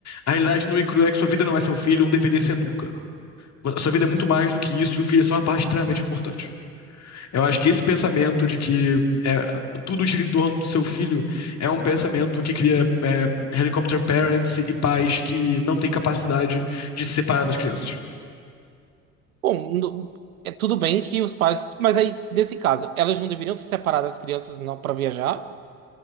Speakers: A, on the left (about 40°); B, on the right (about 75°).
A: A realidade no e crua é que sua vida não é seu filho, não deveria ser nunca. A sua vida é muito mais do que isso e o filho é só uma parte extremamente importante. Eu acho que esse pensamento de que é, tudo gira em torno do seu filho é um pensamento que cria é, helicopter parents e pais que não têm capacidade de se separar das crianças.
B: Bom, n- é tudo bem que os pais. Mas aí, nesse caso, elas não deveriam se separar das crianças não para viajar?